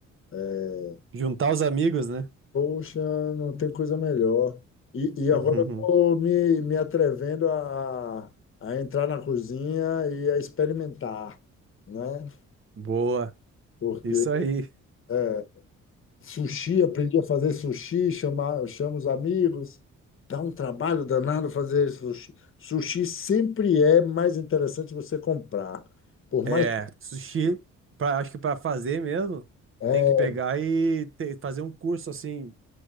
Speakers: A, on the left; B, on the right.
A: É,
B: Juntar os amigos, né?
A: Poxa, não tem coisa melhor. E, e
B: Uhum.
A: agora eu estou me, me atrevendo a, a entrar na cozinha e a experimentar, né?
B: Boa.
A: Porque
B: Isso aí.
A: é, Sushi, aprendi a fazer sushi, chamar, chamo os amigos. Dá um trabalho danado fazer sushi. Sushi sempre é mais interessante você comprar. Por mais.
B: É, sushi, pra, acho que para fazer mesmo,
A: É,
B: tem que pegar e te- fazer um curso assim